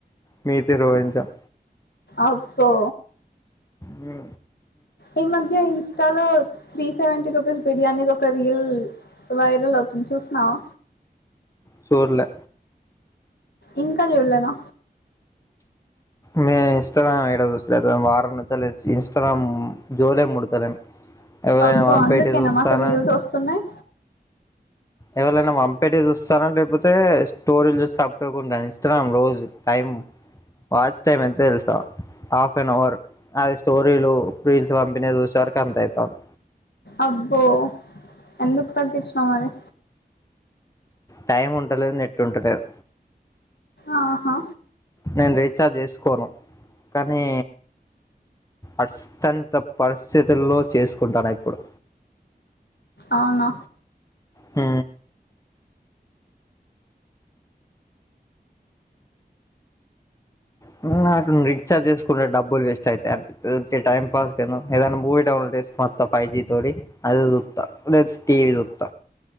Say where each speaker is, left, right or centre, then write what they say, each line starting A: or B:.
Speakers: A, on the left; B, on the left.
A: మీతీరు ఊహించం
B: అబ్బో
A: హు
B: ఈ మధ్య ఇన్స్టాలో three seventy rupees biryani దొక రీల్ వైరల్ అవుతుంది చూసినవా
A: చూళ్ళే
B: ఇంకా చూళ్ళేదా
A: మే ఇన్స్టాగ్రామ్ ఏడ చూస్తాలేదు వారం నుచ్చిలేసి ఇన్స్టాగ్రామ్ జోలే ముడతలేన్ ఎవరైనా
B: అబ్బో
A: పంపేటి
B: అందుకేనా
A: చూస్తాను
B: మాకు రీల్స్ వస్తున్నాయి
A: ఎవరైనా వంపేటీ చూస్తాను లేకపోతే స్టోరీలు చూస్తే అప్పుడు ఇన్స్టాగ్రామ్ రోజు టైం ఉ వాచ్ టైమ్ ఎంత అయింది చూస్తా హాప్ నా ఆవర్ అది స్టోరీలు రీల్స్ పంపినవి చూసే వరకి అంత అయితాంది
B: అబ్బో అందుకు తగ్గిచ్చినవ రా
A: టైం ఉంటలేదు నెట్ ఉంటలేదు
B: ఆహా
A: నేను రీఛార్జ్ చేసుకోను కానీ అస్తంత పరిస్థితుల్లో చేసుకుంటాన్న ఇప్పుడు
B: అవునా
A: ఊ హూ నాకు రీఛార్జ్ చేసుకుంటే డబ్బులు వేస్ట్ అయితయి అనిపిత్తది ఊర్కే టైం పాస్కి ఏన్న ఏదన్న మూవీ డౌన్లోడ్ మొత్తం ఫైవ్ జి తోటీ అదే సూత్త లేదా టివీ సూత్త